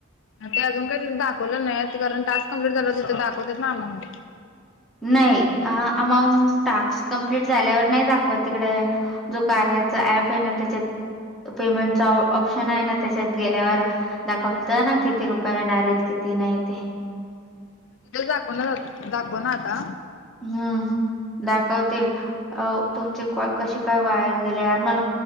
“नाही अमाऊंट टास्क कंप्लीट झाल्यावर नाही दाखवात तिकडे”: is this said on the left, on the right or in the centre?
Centre